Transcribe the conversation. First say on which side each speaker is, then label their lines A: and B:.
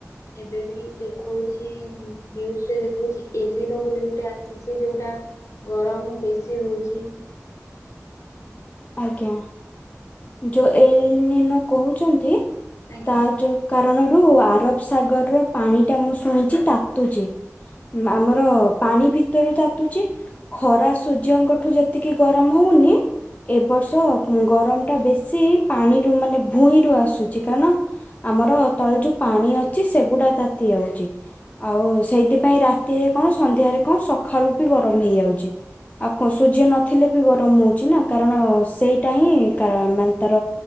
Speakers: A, on the left; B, on the left.
A: ଏବେ ବି ଦେଖଉଛି ତିନ ନିୟୁଜ୍ ରେ ଦେଖଉଛି ଏଲିନୋ ବୋଲି ଗୋଟେ ଆସିଛି ଯୋଉଟା ଗରମ ବେଶି ହଉଛି।
B: ଆଜ୍ଞା। ଯୋ ଏଲିନୋ କହୁଛନ୍ତି।
A: ଆଜ୍ଞା।
B: ତା ଯୋଉ କାରଣ ରୁ ଆରବ ସାଗରର ପାଣି ଟା ମୁଁ ଶୁଣିଛି ତାତୁଛି ଆମର ପାଣି ଭିତରୁ ତାତୁଛି ଖରା ସୂର୍ଯ୍ୟଙ୍କଠୁ ଯେତିକି ଗରମ ହଉନି ଏବର୍ଷ ଅ ଗରମରୁ ଟା ବେଶି ପାଣିରୁ ମାନେ ଭୂଇଁରୁ ଆସୁଛି କାରଣ ଆମର ତଳେ ଯୋଉ ପାଣି ଅଛି ସେଗୁଡା ତାତି ଯାଉଛି ଆଉ ସେଇଥିପାଇ ରାତିରେ କଣ ସନ୍ଧ୍ୟାରେ କଣ ସକାଳୁ ବି ଗରମ ହେଇଯାଉଛି ଆଉ ସୂର୍ଯ୍ୟ ନଥିଲେ ବି ଗରମ ହଉଛି ନା କାରଣ ସେଇଟା ହିଁ <unintelligible> ତାର